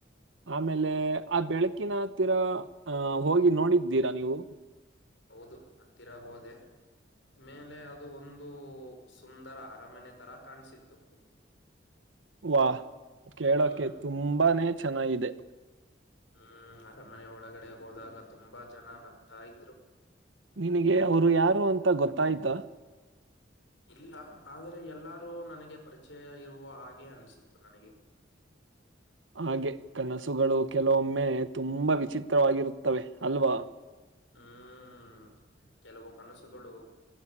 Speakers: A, on the right; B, on the left.
A: ಆಮೇಲೆ ಆ ಬೆಳಕಿನ ಹತ್ತಿರ ಅಹ ಹೋಗಿ ನೋಡಿದ್ದೀರಾ ನೀವು
B: ಹೌದು ಹತ್ತಿರ ಹೋದೆ. ಮೇಲೆ ಅದು ಒಂದು ಸುಂದರ ಅರಮನೆ ತರ ಕಾಣಿಸಿತ್ತು
A: ವಾ ಕೇಳೋಕೆ
B: ಹ್ಮ್
A: ತುಂಬಾನೇ ಚೆನ್ನಾಗಿದೆ
B: ಹ್ಮ್ ಅರಮನೆ ಒಳಗಡೆ ಹೋದಾಗ ತುಂಬಾ ಜನ ನಗ್ತಾ ಇದ್ರು
A: ನಿನಗೆ ಅವರು ಯಾರು ಅಂತ ಗೊತ್ತಾಯ್ತ.
B: ಇಲ್ಲ ಆದರೆ ಎಲ್ಲಾರೂ ನನಗೆ ಪರಿಚಯ ಇರುವ ಹಾಗೆ ಅನಿಸಿತ್ತು ನನಗೆ
A: ಹಾಗೆ ಕನಸುಗಳು ಕೆಲವೊಮ್ಮೆ ತುಂಬಾ ವಿಚಿತ್ರವಾಗಿರುತ್ತವೆ ಅಲ್ವಾ. <inaudible>
B: ಹ್ಮ್ ಕೆಲವು ಕನಸುಗಳು